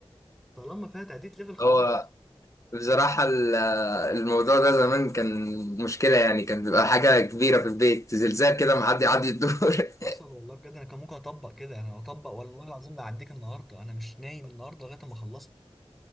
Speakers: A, in the centre; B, on the left.
A: طالما فيها تعديل ليفل خلاص
B: هو بصراحة ال- الموضوع ده زمان كان مشكلة يعني كان بيبقى حاجة كبيرة في البيت زلزال كده معدي عدي الدور <laughs>
A: حصل والله بجد انا كان ممكن اطبق كده انا اطبق والله العظيم لا اعديك النهارده انا مش نايم النهارده لغايه ما خلصت